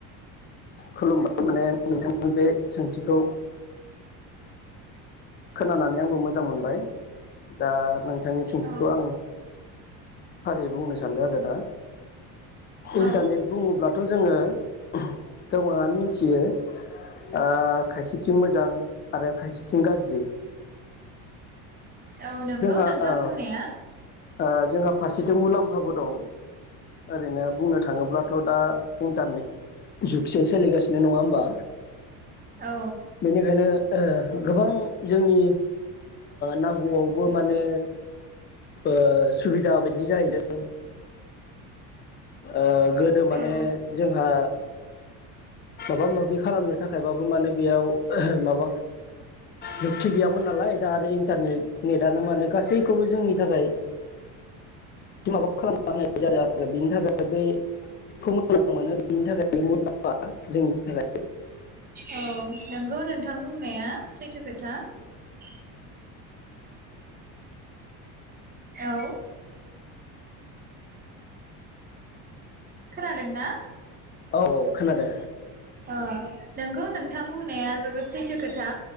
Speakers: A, on the left; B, on the right.
A: खुलुमबाय माने नोंथांनि बे सोंथिखौ खोनानानै आंबो मोजां मोनबाय दा नों थांनि सोंथिखौ
B: औ
A: आं फारियै बुंनो सानदों आरो दा। इन्टारनेट
B: औ
A: बुङोब्लाथ' जोङो <inaudible> गोबाङानो मिनथियो ओ खायसेथिं मोजां आरो खायसेथिं गाज ज्रि
B: औ नंगौ
A: जोंहा
B: नोंथां
A: औ
B: बुंनाया।
A: ओ जोंहा फारसेथिं मुलाम्फाबो दं ओरैनो बुंनो थाङोब्लाथ' दा इन्टारनेट जुगसो सोलिगासिनो नङा होमबा
B: औ
A: बेनिखायनो ओ गोबां जोंनि नांगौआव बो मानो ओ सुबिदा बायदि जाहैदों। ओ गोदो माने
B: औ
A: जोंहा माबा माबि खालामनो थाखायबाबो माने बेयाव माबा जुक्थि गैया मोन नालाय दा आरो इन्टारने नेटआनो माने गासैखौबो जोंनि थाखाय माबा खालामना होनाय जादों आरो बेनि थाखाय बे खौ मोजां मोनो बेनि थाखाय मुलाम्फा जोंनि थाखाय
B: औ नंगौ नोंथां बुंनाया <unintelligible> औ खोनादोंना?
A: औ औ खोनादों।
B: अ नोंगौ नोंथां बुंनाया जोबोद सैथो खोथा